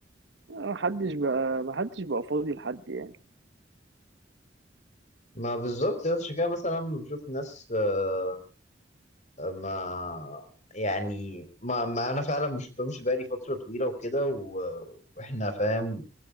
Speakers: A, on the right (about 75°); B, on the left (about 45°).
A: محدش بقى محدش بقى فاضي لحد يعني
B: ما بالظبط يا عشان كده مثلا لما بشوف ناس آه ما يعني ما, ما انا فعلا مش شفتهمش بقالي فتره طويله وكده و... واحنا فاهم